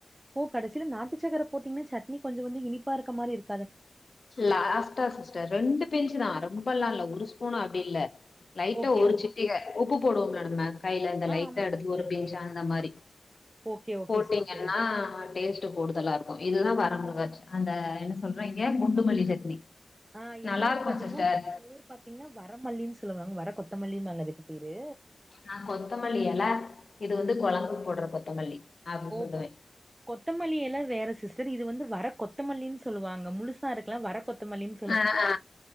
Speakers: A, on the right; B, on the left.
A: ஓ கடைசியில நாட்டுச்சக்கர போட்டீங்னா சட்னி பா வந்து இனிப் இருக்க மாரி இருக்கு
B: லாஸ்ட்டா சிஸ்டர் ரெண்டு பின்சு தா ரொம்பல்லா இல்ல ஒரு ஸ்பூன் அப்டி இல்ல லைட்ட
A: ஓகே
B: ஒரு
A: ஓகே
B: சிட்டிக உப்பு போடுவோம்ல நம்ம கையில இந்த
A: ஆ
B: லைட்ட
A: ஆமா
B: எடுத்து
A: சிஸ்டர்
B: ஒரு பின்ச் அந்த மாரி
A: ஓகே ஓகே
B: போட்டீங்கன்னா
A: சிஸ்டர்
B: டேஸ் ட்டு கூடுதலா இருக்கு இதுதா வர மொளகா அந்த என்ன சொல்ற இங்க குண்டுமல்லி சட்னி
A: ஆ எங்க
B: நல்லா
A: ஊர்
B: இருக்கு
A: பாத்தீங்கனா
B: சிஸ்டர்
A: வயலூர் பாத்தீங்கன்னா வர மல்லின் சொல்லுவாங்க வர கொத்தமல்லின் தான அதுக்கு பேரு
B: ஆ கொத்தமல்லி எல இது வந்து குழம்புக்கு போடுற கொத்தமல்லி அப்டி
A: ஓ
B: சொல்லுவே
A: கொத் கொத்தமல்லி எல வேற சிஸ்டர் இது வந்து வர கொத்தமல்லினு சொல்லுவாங்க முழுசா இருக் வர கொத்தமல்லினு
B: ஆ ஆ